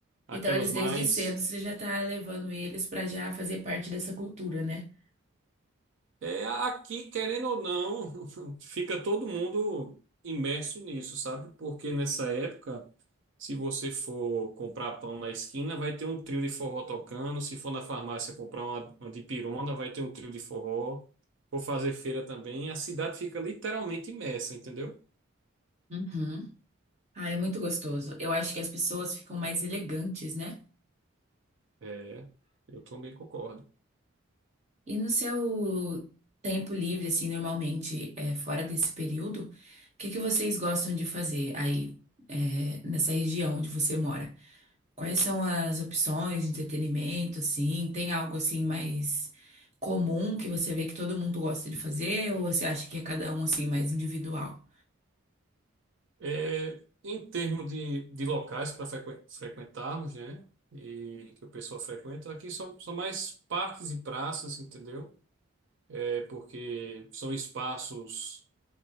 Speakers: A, on the right (about 60°); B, on the right (about 35°).
A: aquelas
B: Então eles
A: mais.
B: desde cedo você já tá levando eles pra já fazer parte dessa cultura, né?
A: É, aqui, querendo ou não, <laughs> fica todo mundo imerso nisso, sabe? Porque nessa época, se você for comprar pão na esquina, vai ter um trio de forró tocando. Se for na farmácia comprar uma, uma de pirona, vai ter um trio de forró. For fazer feira também, a cidade fica literalmente imersa, entendeu?
B: Uhum. Ah, é muito gostoso. Eu acho que as pessoas ficam mais elegantes, né?
A: É, eu também concordo.
B: E no seu tempo livre, assim, normalmente, é, fora desse período, o que que vocês gostam de fazer aí, é, nessa região onde você mora? Quais são as opções de entretenimento, assim? Tem algo, assim, mais comum que você vê que todo mundo gosta de fazer? Ou você acha que é cada um, assim, mais individual?
A: É, em termos de, de locais para frequentarmos, né? E que o pessoal frequenta, aqui são, são mais parques e praças, entendeu? É porque são espaços